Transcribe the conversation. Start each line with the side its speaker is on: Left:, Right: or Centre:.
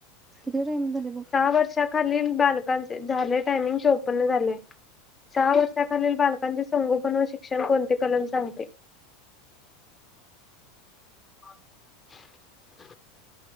Right: किती टाईम झाले बघ
Left: सहा वर्षा खाली खालील बालकांचे झाले टायमिंग चौपन्न झाले सहा वर्षाखालील बालकांचे संगोपन व शिक्षण कोणते कलम सांगते? <unintelligible>